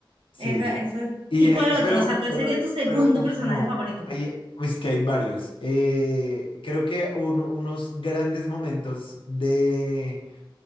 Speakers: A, on the left; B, on the right.
A: sí.
B: esa, esa.
A: Y,
B: ¿Y
A: eh,
B: cuál otro?
A: pero,
B: O sea, ¿cuál
A: pero,
B: sería
A: eh,
B: tu segundo
A: pero, uf,
B: personaje
A: no.
B: favorito?
A: Hay, es que hay varios. Eh, creo que uno- unos grandes momentos de,